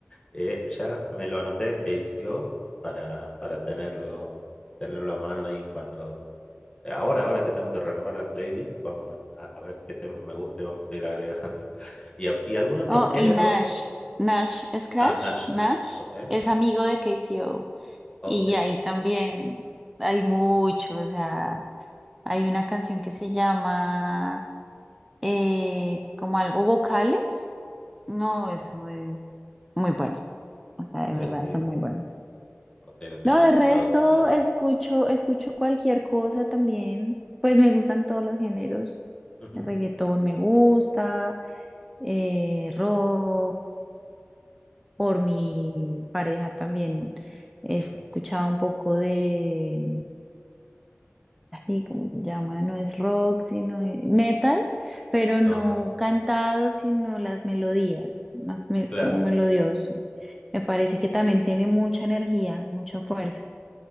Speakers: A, on the left; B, in the centre.
A: Eh, ya me lo anoté que hizo para, para tenerlo, tenerlo a mano ahí cuando... Ahora, ahora que tengo que renovar la playlist, vamos a, a ver qué temas me gusta y vamos a ir agregando. <laughs> ¿Y, a- y algún otro
B: Oh,
A: género?
B: y Nash. Nash es Crash.
A: Ah, Nash.
B: Nash
A: Ok,
B: es amigo de K C O
A: ok.
B: Y ahí también hay mucho. O sea, hay una canción que se llama eh, como algo vocales. No,
A: ujú,
B: eso es muy bueno. O sea, de
A: Ok,
B: verdad, son muy buenos.
A: ok, ok,
B: No, de
A: anotado
B: resto
A: también.
B: escucho, escucho cualquier cosa también. Pues me gustan todos los géneros.
A: Ujú,
B: El reggaetón me gusta, eh, rock. por mi pareja también he
A: ujú,
B: escuchado un poco de, mm, ay, ¿cómo se llama? No es rock, sino e- metal, pero no
A: Ajá,
B: cantado, sino las melodías, más me-
A: claro.
B: como melodiosos. Me parece que también tiene mucha energía, mucha fuerza.